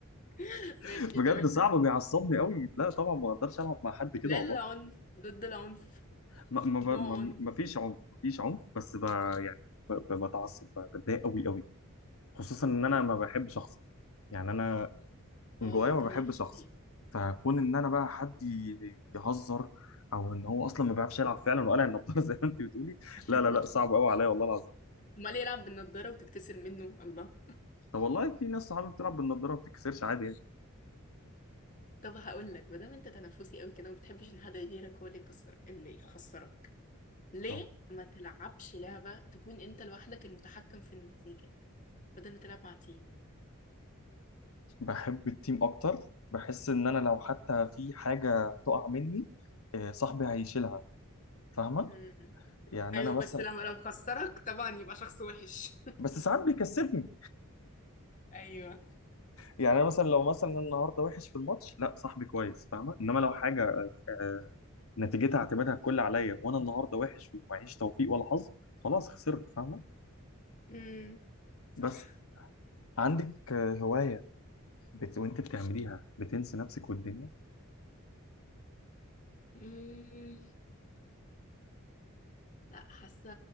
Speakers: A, on the left; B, on the left.
A: <laughs>
B: <laughs>
A: ماشي
B: بجد
A: تمام
B: صعب بيعصبني قوي لا طبعا ما اقدرش العب مع حد كده
A: لا
B: والله
A: العنف ضد العنف
B: ما, ما,
A: نو
B: ما,
A: عنف
B: ما فيش عنف ما فيش عنف بس ب يعني ب- ب- بتعصب ب- بتضايق قوي قوي خصوصا
A: اوكي
B: ان انا ما بحبش اخسر يعني انا من
A: اه
B: جوايا ما
A: تنافسي
B: بحبش اخسر فكون ان انا بقى حد ي- يهزر او ان هو اصلا ما بيعرفش يلعب فعلا وقلع النضاره <laughs> زي ما انت بتقولي
A: <laughs>
B: لا لا لا صعب قوي عليا والله العظيم
A: امال يلعب بالنضارة وتتكسر منه الله
B: طب والله في ناس صحابي بتلعب بالنضاره ما بتتكسرش عادي يعني
A: طب هقول لك ما دام انت تنافسي قوي كده وما بتحبش ان حد غيرك هو اللي يكسر اللي يخسرك ليه
B: اه
A: ما تلعبش لعبة تكون انت لوحدك المتحكم في النتيجة بدل ما تلعب مع تيم
B: بحب التيم اكتر بحس ان انا لو حتى في حاجه تقع مني آه، صاحبي هيشيلها فاهمه
A: امم
B: يعني
A: ايوه
B: انا مثلا
A: بس لما لو خسرك طبعا يبقى شخص وحش
B: بس ساعات بيكسبني
A: ايوه
B: يعني انا مثلا لو مثلا النهارده وحش في الماتش لا صاحبي كويس فاهمه انما لو حاجه آه، آه، نتيجتها اعتمادها الكل عليا وانا النهارده وحش ومعيش توفيق ولا حظ خلاص خسرت فاهمه
A: امم
B: بس
A: صح
B: عندك آه، هوايه بت... وانت بتعمليها بتنسي نفسك والدنيا
A: مم. لا حاسه